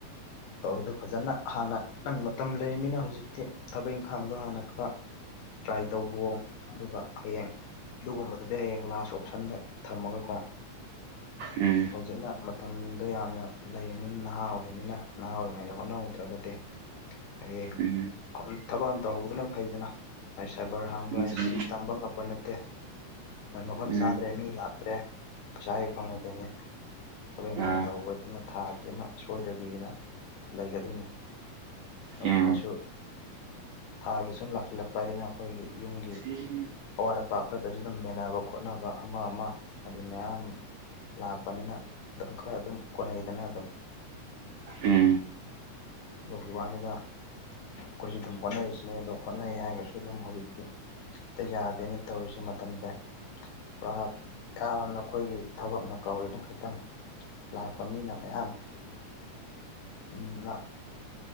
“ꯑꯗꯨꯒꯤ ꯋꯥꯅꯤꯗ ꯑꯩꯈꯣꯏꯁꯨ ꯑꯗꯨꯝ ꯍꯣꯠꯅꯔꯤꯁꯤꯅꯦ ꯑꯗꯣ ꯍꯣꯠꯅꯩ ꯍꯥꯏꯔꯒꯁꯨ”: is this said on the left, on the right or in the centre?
Left